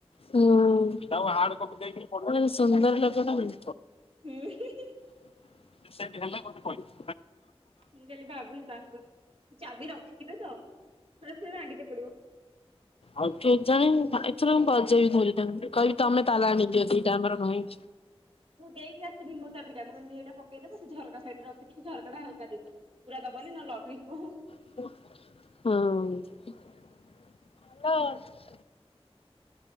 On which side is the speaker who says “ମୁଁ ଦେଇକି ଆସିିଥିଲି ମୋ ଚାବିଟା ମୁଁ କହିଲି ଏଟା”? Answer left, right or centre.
Right